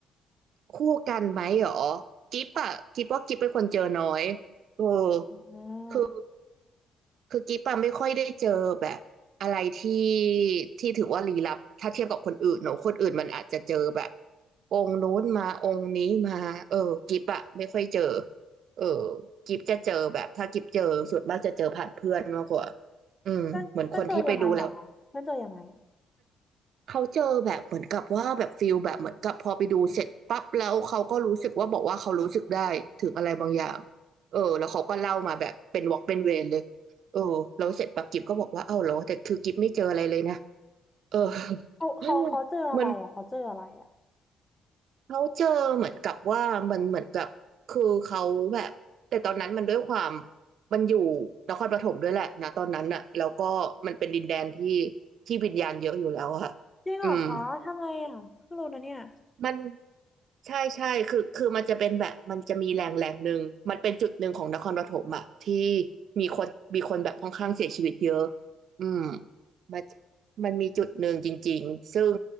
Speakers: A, on the right (about 70°); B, on the left (about 15°).
A: คู่กันไหมหรอกิบอะกิบว่ากิบเป็นคนเจอน้อยเออ
B: อ่
A: คือ
B: า
A: คือกิบอะไม่ค่อยได้เจอแบบอะไรที่ที่ถือว่าลี้ลับถ้าเทียบกับคนอื่นเนอะคนอื่นมันอาจจะเจอแบบองค์นู้นมาองค์นี้มาเออกิบอะไม่ค่อยเจอเออกิบจะเจอแบบถ้ากิบเจอส่วนมากจะเจอผ่านเพื่อนมากกว่าอืมเหมือนคนที่ไปดูแล้ว
B: เพื่อนเพื่อนเจอยังไงเหรอคะเพื่อนเจอยังไงอะ
A: เขาเจอแบบเหมือนกับว่าแบบฟิลแบบเหมือนกับพอไปดูเสร็จปั๊บแล้วเขาก็รู้สึกว่าบอกว่าเขารู้สึกได้ถึงอะไรบางอย่างเออแล้วเขาก็เล่ามาแบบเป็นวอล์กเป็นเวรเลยเออแล้วเสร็จปั๊บกิฟก็บอกว่าเอ้าเหรอแต่คือกิฟไม่เจออะไรเลยนะเออ
B: เขาเขาเขาเจออะไรอะเขาเจออะไรอะ
A: <laughs> มันเขาเจอเหมือนกับว่ามันเหมือนกับคือเขาแบบแต่ตอนนั้นมันด้วยความมันอยู่นครปฐมด้วยแหละนะตอนนั้นน่ะแล้วก็มันเป็นดินแดนที่ที่วิญญาณเยอะอยู่แล้วอะค่ะ
B: จริงเหรอคะทำไมอะเพิ่งรู้นะเนี่ย
A: อืม มันใช่ใช่คือคือมันจะเป็นแบบมันจะมีแรงแรงหนึ่งมันเป็นจุดหนึ่งของนครปฐมอะที่มีคนมีคนแบบค่อนข้างเสียชีวิตเยอะอืมมันมันมีจุดหนึ่งจริงๆซึ่ง